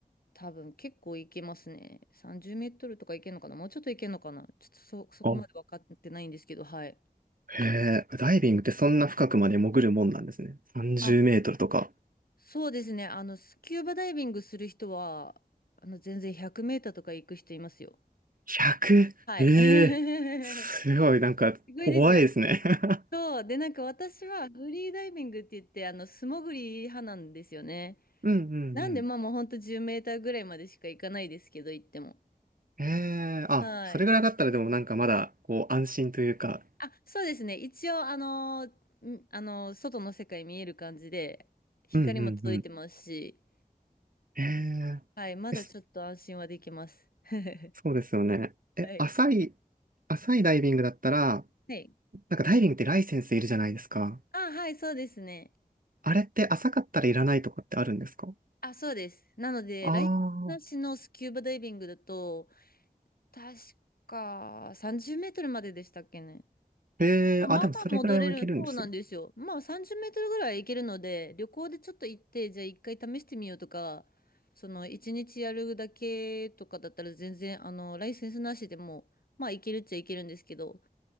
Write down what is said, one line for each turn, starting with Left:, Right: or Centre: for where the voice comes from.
Left: 多分結構いけますね。30メートルとかいけるのかな。もうちょっといけるのかな。ちょっとそ、そこまで分かってないんですけど、
Right: あ、
Left: はい。
Right: へえ、ダイビングってそんな深くまで潜るもんなんですね。30メートルとか。
Left: あそうですね。あの、スキューバダイビングする人は、あの、全然100メーターとか行く人いますよ。
Right: 100?
Left: はい。
Right: ええすごい、
Left: <laughs>
Right: なんか怖いですね
Left: すごいですよね。
Right: <laughs>
Left: そう。で、なんか私はフリーダイビングって言って、あの、素潜り派なんですよね。
Right: うんうんうん。
Left: なんで、まあもうほんと10メーターぐらいまでしか行かないですけど、行っても。
Right: ええあ、
Left: はい。
Right: それぐらいだったらでもなんかまだ、こう、安心というか。
Left: あ、そうですね。一応、あのー、んあのー、外の世界見える感じで、光も届いてますし、
Right: うんうんうん。ええ
Left: はい。まだちょっと安心はできます。
Right: え、そ
Left: <laughs> は
Right: そうですよね。え、
Left: い。
Right: 浅い、浅いダイビングだったら、
Left: はい
Right: なんかダイビングってライセンスいるじゃないですか。
Left: あ、はい、そうですね。
Right: あれって浅かったらいらないとかってあるんですか
Left: あ、そうです。なので、ライセンスなしのスキューバダイビングだと、
Right: ああ
Left: 確か30メートルまででしたっけね。
Right: ー、ええあ、
Left: まあまあまあ戻れる、
Right: でもそれぐらいはいけるんですね。
Left: そうなんですよ。まあ30メートルぐらい行けるので、旅行でちょっと行って、じゃあ一回試してみようとか、その一日やるだけとかだったら全然、あの、ライセンスなしでも、まあ行けるっちゃ行けるんですけど、